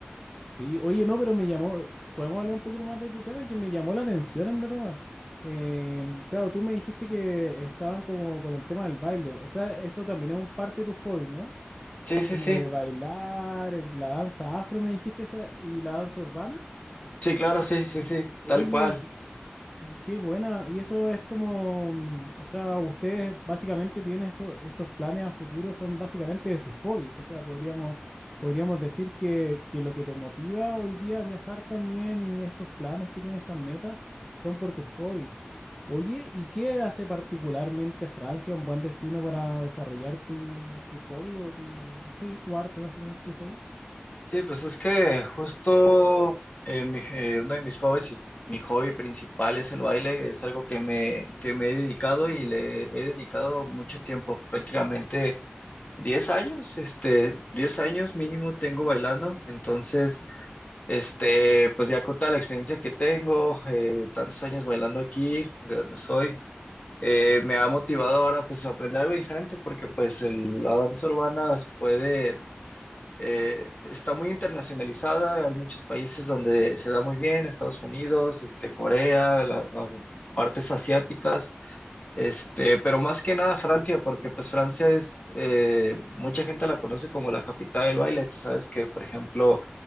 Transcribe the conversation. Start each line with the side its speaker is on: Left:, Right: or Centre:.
Centre: Sí, oye, no, pero me llamó, podemos hablar un poquito más de tu tema, que me llamó la atención, en verdad. Em, claro, tú me dijiste que estaban como con el tema del baile, o sea, eso también es un parte de tu hobby, ¿no?
Left: Sí, sí,
Centre: Como
Left: sí.
Centre: de bailar, eh, la danza afro, me dijiste esa, y la danza urbana.
Left: Sí, claro, sí, sí, sí,
Centre: Oye,
Left: tal cual.
Centre: qué, qué buena. Y eso es como, mm, o sea, ustedes básicamente tienen eso- estos planes a futuro, son básicamente de sus hobbies. O sea, podríamos, podríamos decir que, que lo que te motiva hoy día a viajar también y estos planes que tienes, estas metas, son por tus hobbies. Oye, ¿y qué hace particularmente Francia un buen destino para desarrollar tu, tu hobby o tu, sí, tu arte, básicamente tu hobby?
Left: Sí, pues es que justo eh, mi- eh, uno de mis hobbies y mi hobby principal es el baile. Es algo que me, que me he dedicado y le he dedicado mucho tiempo. Prácticamente. 10 años, este, 10 años mínimo tengo bailando, entonces, este, pues ya con toda la experiencia que tengo, eh, tantos años bailando aquí, de donde soy, eh, me ha motivado ahora pues a aprender algo diferente, porque pues el- la danza urbana se puede, eh, está muy internacionalizada, hay muchos países donde se da muy bien, Estados Unidos, este, Corea, la- a- partes asiáticas, este, pero más que nada Francia, porque pues Francia es, eh, mucha gente la conoce como la capital del baile. Tú sabes que, por ejemplo,